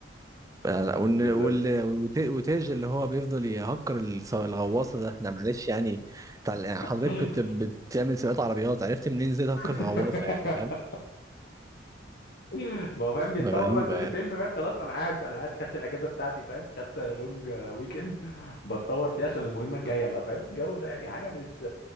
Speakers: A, on the right; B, on the left.
A: آه، وإن-
B: بالظبط
A: وال- وت- وتاج اللي هو بيفضل يهكر الص- الغواصه ده ده معلش يعني بتاع- يعني حضرتك
B: اه
A: كنت بتعمل سباقات عربيات عرفت منين زي تهكر غواصه
B: <laughs>
A: يعني فاهم
B: <laughs> ما هو فاهم بيتطور
A: غريبه
B: بقى كل
A: يعني
B: فيلم فاهم خلاص انا قاعد انا قاعد خدت الاجازه بتاعتي فاهم خدت لونج ويك اند بتطور فيها عشان المهمه الجايه بقى فاهم الجو ده يعني حاجه مش